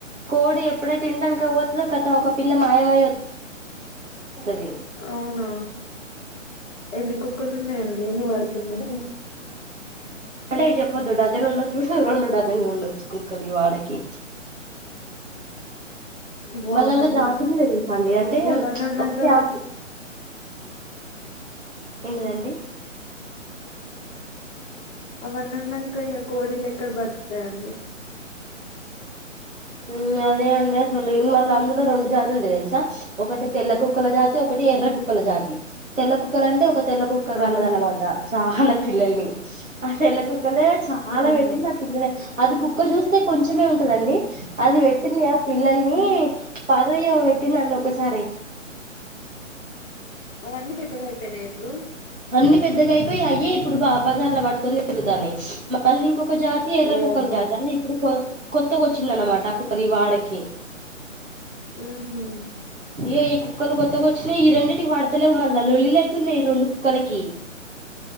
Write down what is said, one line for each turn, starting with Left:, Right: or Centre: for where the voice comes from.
Right: కోడు ఎప్పుడైతే ఇంటి వెనకకి పోతుందో కతం ఒక పిల్ల మాయమయి వత్త తది
Left: అవునా ఎన్ని కుక్కలు ఉన్నాయండి ఎన్ని వడుతున్నయి
Right: అ అంటే చెప్పొద్దు డజన్ ఉండొచ్చు రెండు డజన్లు ఉండొచ్చు కుక్కలివాడకి
Left: వామ్మో
Right: మళ్ళ అల్ల జాతులున్నయి తెలుసా అండి అంటే
Left: ఇగ అవన్నీ ఉన్నాంక
Right: ఒక ఫ్యామిలీ ఎంటిదండీ
Left: అవన్నీ ఉన్నాంక ఇగ కోడీలు ఎక్కడ బతుకుతాయండి
Right: హమ్ అదే అండి అసలు ఇంగ మళ్ళీ అందులో రెండు జాతులు ఉంటయి తెలుసా ఒకటి తెల్ల కుక్కల జాతి ఒకటి ఎర్ర కుక్కల జాతి తెల్ల కుక్కల అంటే ఒక తెల్ల కుక్క కన్నదనమాట
Left: అవు
Right: చాలా పిల్లల్ని ఆ తెల్ల కుక్కలే చాలా
Left: ఆహా
Right: పెట్టిన పిల్లలే అది కుక్క చూస్తే కొంచమే ఉంటదండి అది పెట్టిందిగా పిల్లల్ని
Left: మ్
Right: పదో ఏమో పెట్టింది అండి ఒకసారే
Left: అవన్నీ పెద్దగా అయిపోయినాయ ఇప్పుడు
Right: అన్ని పెద్దగా అయిపోయి అయ్యే ఇప్పుడు బా బాజార్లో పట్టుకొని తిరుగుతాన్నాయి మళ్ళీ ఇంకొక జాతి తి ఎర్ర కుక్కలు
Left: ఓమ్మో
Right: జతీ అది ఇప్పుడు కొత్తగా వచ్చింది అనమాట ఆ కుక్కలు ఈ వాడకి
Left: హు హామ్
Right: ఇగ ఈ కుక్కలు కొత్తగా వచ్చినాయి ఈ రెండిటివి పడతలేవు మళ్ళా లోల్లీలు అయితున్నాయి రెండు కుక్కలకి